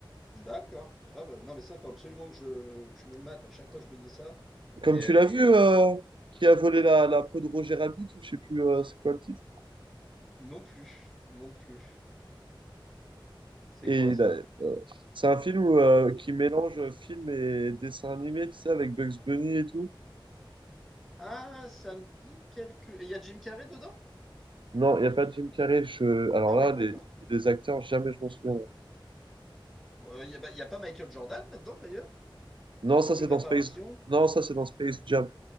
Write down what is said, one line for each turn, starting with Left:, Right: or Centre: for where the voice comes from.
Centre: d'accord. Ah bah, non, mais ça, faut absolument que je, que je me le mate. À chaque fois, je me dis ça.
Right: Comme
Centre: Mais
Right: tu
Centre: euh,
Right: l'as
Centre: et-
Right: vu, euh, qui a volé la, la peau de Roger Rabbit, ou je sais plus euh, c'est quoi le titre.
Centre: non plus, non plus. C'est
Right: Et
Centre: quoi
Right: il
Centre: ça?
Right: a- euh, c'est un film où, euh, qui mélange film et dessin animé, tu sais, avec Bugs Bunny et tout.
Centre: Ah, ça me dit quelque... Et il y a Jim Carrey dedans?
Right: Non, il n'y a pas de Jim Carrey. Je... Alors
Centre: Ah
Right: là,
Centre: oui, d'accord.
Right: les, les acteurs, jamais je m'en souviendrai.
Centre: Il n'y a, bah, y a pas Michael Jordan là-dedans d'ailleurs?
Right: Non, ça
Centre: Il fait
Right: c'est
Centre: une
Right: dans
Centre: apparition?
Right: Space. Non, ça c'est dans Space Jam.